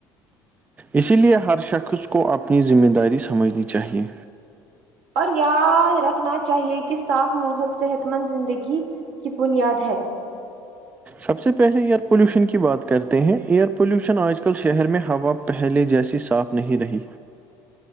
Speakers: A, on the right; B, on the right.
A: اسی لیے ہر شخص کو اپنی ذمہ داری سمجھنی چاہیے
B: اور یاد رکھنا چاہیے کہ صاف ماحول صحت مند زندگی کی بنیاد ہے
A: سب سے پہلے ایئر پولوشن کی بات کرتے ہیں ایئر پوولوشن آج کل شہر میں ہوا پہلے جیسی صاف نہیں رہی